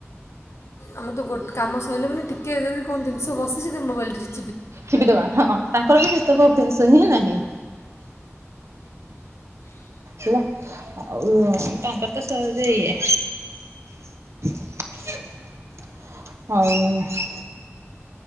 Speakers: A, on the left; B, on the right.
A: ଆମେ ତ ଗୋ କାମ ସଇଲା ମାନେ ଟିକେଜଦି କଣ ଜିନିଷ ବସିଛି ତେବେ ମୋବାଇଲ୍ ଟିକେ ଦେ
B: ଚିପିଦବା। ହଁ, ତାଙ୍କର ବି ସେତେକ ଶେଷ ହିଁ ନାହିଁ। ହେଲା ଆଉ ତାଙ୍କରତ ସହଜେ ଇଏ। <inaudible> ଆଉ।